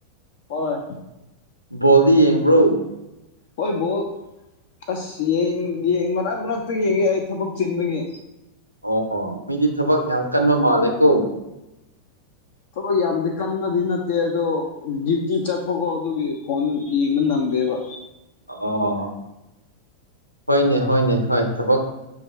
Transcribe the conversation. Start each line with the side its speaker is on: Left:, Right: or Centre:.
Left: ꯍꯣꯏ
Right: ꯕꯣꯜꯗꯤ ꯌꯦꯡꯕ꯭ꯔꯣ
Left: ꯍꯣꯏ ꯕꯣꯜ ꯑꯁ ꯌꯦ ꯃꯛ ꯃꯅꯥꯛꯇ ꯌꯦꯡꯒꯦ ꯑꯩ ꯊꯕꯛ ꯆꯤꯟꯕꯒꯤ
Right: ꯑꯣ ꯃꯤꯗꯤ ꯊꯕꯛ ꯌꯥꯝ ꯀꯟꯕ ꯃꯥꯜꯂꯦꯀꯣ
Left: ꯊꯕꯛ ꯌꯥꯝꯗꯤ ꯀꯟꯕꯗꯤ ꯅꯠꯇꯦ ꯑꯗꯣ ꯗꯨꯇꯤ ꯆꯠꯄꯀꯣ ꯑꯗꯨꯒꯤ ꯐꯣꯟ ꯌꯦꯡꯕ ꯅꯪꯉ ꯗꯦꯕ
Right: ꯑꯣ ꯍꯅꯦ ꯍꯅꯦ ꯍ ꯊꯛ